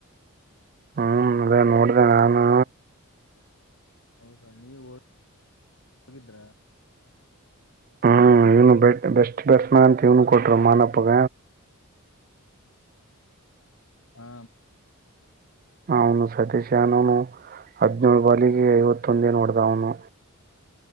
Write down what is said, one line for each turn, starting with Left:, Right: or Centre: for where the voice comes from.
Right: ಹ್ಮ್ ಅದೇ ನೋಡಿದೆೆ ನಾನು
Left: ಹೌದಾ ನೀವು ಹ ಹೋಗಿದ್ರ
Right: ಹ್ಮ್ ಇವ್ನು ಬೆಟ್ ಬೆಸ್ಟ್ ಬೆರ್ಸ್ನ ಅಂತ ಇವ್ನು ಕೊಟರು ಮಾನಪ್ಪಗ
Left: <inaudible> ಹ
Right: ಅವನು ಸತೀಶ್ ಅನವ ನು ಹದನಳ ಬಾಲಿಗೆ ಐವತ್ತೊಂದೇ ನೋಡ್ದ ಅವನು